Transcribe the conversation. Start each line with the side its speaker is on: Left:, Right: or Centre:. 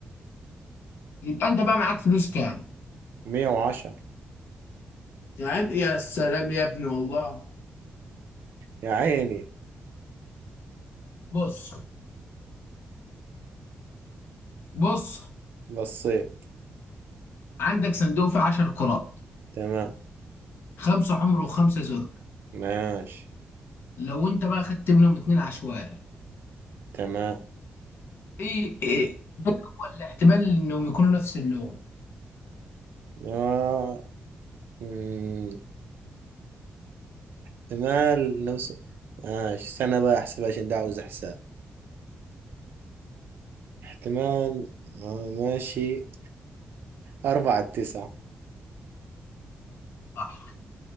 Left: يبقى أنت بقى معاك فلوس كام؟
Right: مية وعشرة
Left: يعني يا سلام يا ابني والله
Right: يا عيني
Left: بص بص
Right: بصيت
Left: عندك صندوق فيه 10 كرات
Right: تمام
Left: خمسة حمر وخمسة زرق
Right: ماشي
Left: لو أنت بقى خدت منهم اتنين عشوائي
Right: تمام
Left: إيه, إيه، الاحتمال انهم يكونوا نفس اللغة
Right: آه. مم. احتمال نفس ماشي سنة بقى احسب عشان ده عاوز احساب احتمال آه. ماشي أربعة تسعة
Left: صح